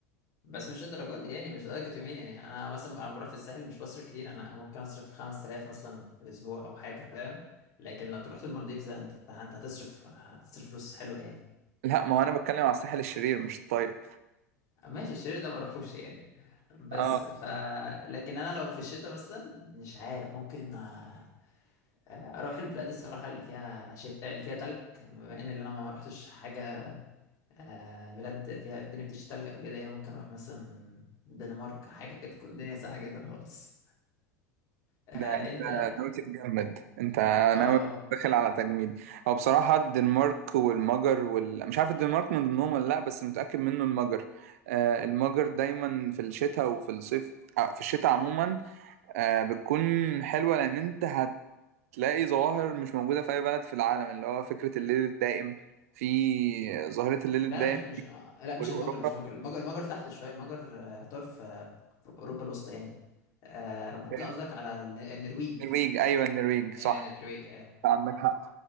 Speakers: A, on the left; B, on the right.
A: بس مش الدرجات دي يعني مش درجة يومين يعني انا مثلا انا بروح في الساحل مش بصرف كتير انا ممكن اصرف 5000 مثلا في اسبوع او حاجة فاهم لكن لو تروح المالديفز انت انت هتصرف هتصرف فلوس حلوة يعني
B: لا ما هو انا بتكلم على الساحل الشرير مش الطيب
A: ماشي الشير ده ما بروحوش يعني بس
B: اه
A: ف لكن انا لو في الشتاء مثلا مش عارف ممكن آه، آه، اروح البلاد الصراحة اللي فيها شت... اللي فيها تلج بما ان اللي انا ما رحتش حاجة آه، بلاد فيها الدنيا بتشتي تلج قبل كده يعني ممكن اروح مثلا الدنمارك حاجة كده تكون الدنيا ساقعة جدا خالص آه،
B: ده انت
A: انت
B: ناوي تتجمد انت
A: اه
B: ناوي
A: اه
B: داخل على تجميد هو بصراحة الدنمارك والمجر وال... مش عارف الدنمارك من ضمنهم ولا لا بس متأكد منه المجر آه المجر دايما في الشتاء وفي الصيف آه في الشتاء عموما آه بتكون حلوة لأن انت هتلاقي ظواهر مش موجودة في أي بلد في العالم اللي هو فكرة الليل الدائم في ظاهرة الليل الدائم
A: لا لا مش مش آه، لا مش
B: والاوروبا
A: المجر مش المجر المجر المجر تحت شويه المجر آه، يعتبر في في اوروبا الوسطى يعني آه ممكن
B: فين؟
A: قصدك على الن- النرويج
B: النرويج ايوه النرويج صح
A: ايوه النرويج اه
B: عندك حق